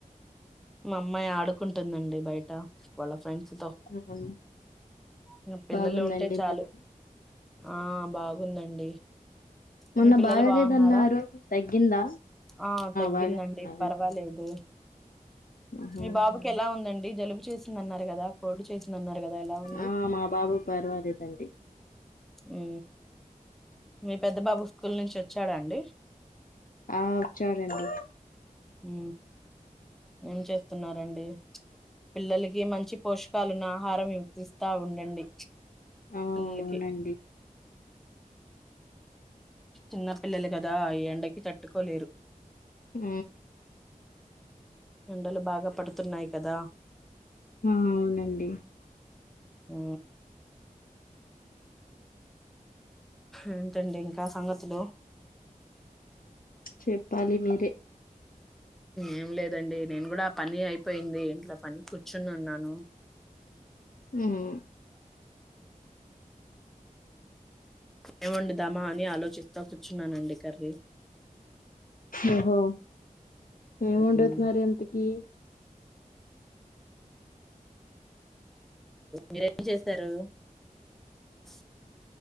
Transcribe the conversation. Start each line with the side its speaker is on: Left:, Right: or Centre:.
Centre: మా అమ్మాయి ఆడుకుంటుందండి బయట వాళ్ళ ఫ్రెండ్స్ తో
Left: అవును
Centre: ఇంకా పిల్లలు
Left: బాగుందండి
Centre: ఉంటే చాలు
Left: మీ అమ్మాయి
Centre: ఆ బాగుందండి
Left: మొన్న
Centre: మీ పిల్లలు
Left: బాగాలేదన్నారు
Centre: బాగున్నారా
Left: తగ్గిందా.
Centre: ఆ తగ్గిందండి
Left: బాగా ఉన్నదండి
Centre: పర్వాలేదు.
Left: ఆహా
Centre: మీ బాబుకి ఎలా ఉందండి జలుబు చేసి ఇంద్ అన్నారు కదా కోల్డ్ చేసిందన్నారు కదా ఎలా ఉంది?
Left: ఆ మా బాబు పర్వాలేదండి
Centre: ఊ మీ పెద్ద బాబు స్కూల్ నుంచి వచ్చాడండి?
Left: ఆ వచ్చాడండి
Centre: ఊ ఏం చెత్తున్నారండి పిల్లలకి మంచి పోషకాలు ఉన్న ఆహారం వివ పిస్తా ఉండండి
Left: ఆ
Centre: పిల్లలకి
Left: అవునండి
Centre: చిన్న పిల్లలు గదా ఈ ఎండకి తట్టుకోలేరు.
Left: ఊ
Centre: ఎండలు బాగా పడుతున్నాయి కదా.
Left: ఆ అవునండి
Centre: ఊ ఏంటండి ఇంకా సంగతులు
Left: చెప్పాలి మీరే
Centre: ఏం లేదండి నేను కూడా పని అయిపోయింది ఇంట్లో పని కూర్చుని ఉన్నాను
Left: ఊ హ్మ్
Centre: ఏవండుదామా అని ఆలోచిస్తా కూర్చున్నానండి కర్రీ
Left: ఓహో ఏం వండుతున్నారు
Centre: మ్మ్.
Left: ఇంతకి
Centre: మీరేం చేశారు ట్స్